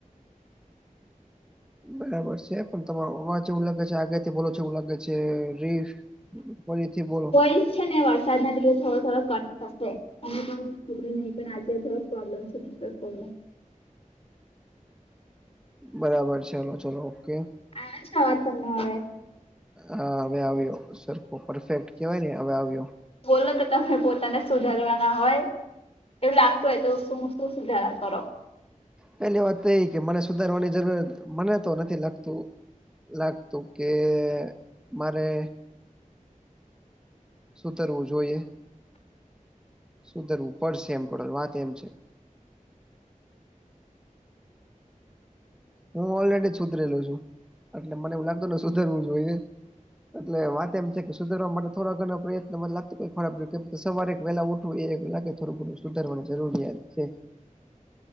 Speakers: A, in the centre; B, on the left.
A: બરાબર છે પણ તમારો અવાજ એવું લાગે છે આગાથી ભોલો છ એવું લાગે છે રીફ- - <unintelligible>
B: એ છે ને વરસાદ ના દિવસ થોડો થોડો કટ થશે. ને પણ ખબર નહીં પણ આજે થોડોક પ્રોબ્લેમ છે <unintelligible>
A: બરાબર છે હાલો ચલો ઓકે
B: આછા વાત તમને હવે
A: હા હવે આવ્યો સરખો પરફેક્ટ કેવાય ને હવે આવ્યો.
B: બોલો તો તમે પોતાને સુધારવાના હોય. એવું લાગતો હોય તો શું શું સુધાર કરો.
A: પેલી વાત તો એ કે મને સુધારવાની જરૂરત મને તો નથી લાગતું. લાગતું કે મારે સુધરવું જોઈએ, સુધરવું પડશે એમ ટોટલ વાત એમ છે. હું ઓલરેડી સુધરેલો છું એટલે મને એવું લાગતો ને સુધરવું જોઈએ. એટલે વાત એમ છે કે સુધારવા માટે થોડા ઘણ પ્રયત્ન માં લાગતો ખરાબ કેમ સવારે એક વલા ઉ એ લાગે થોડું ગરું. સુધારવા જરૂરિયાત છે,